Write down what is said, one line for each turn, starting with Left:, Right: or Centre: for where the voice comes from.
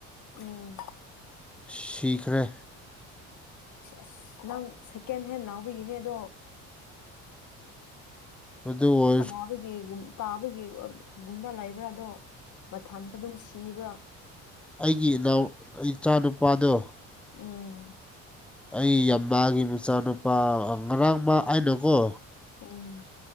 Left: ꯎꯝ
Centre: ꯁꯤꯈ꯭ꯔꯦ
Left: ꯑꯁ ꯅꯪ ꯁꯦꯀꯦꯟ ꯍꯦꯟ ꯂꯥꯎꯕꯤꯒꯤꯅꯦ ꯑꯗꯣ
Centre: ꯑꯗꯨ ꯑꯗꯨ <unintelligible>
Left: ꯇꯥꯕꯒꯤ ꯇꯥꯕꯒꯤ ꯒꯨꯝꯕ ꯂꯩꯕ꯭ꯔꯥ ꯑꯗꯣ ꯃꯊꯟꯗ ꯑꯗꯨꯝ ꯁꯤꯕ꯭ꯔꯥ
Centre: ꯑꯩꯒꯤ ꯏꯅꯥꯎ ꯏꯆꯥ ꯅꯨꯄꯥꯗꯣ
Left: ꯎꯝ
Centre: ꯑꯩ ꯌꯥꯝꯃꯒꯤ ꯃꯆꯥꯅꯨꯄꯥ ꯉꯔꯥꯡ ꯃꯥ ꯍꯥꯏꯅꯨꯀꯣ
Left: ꯎꯝ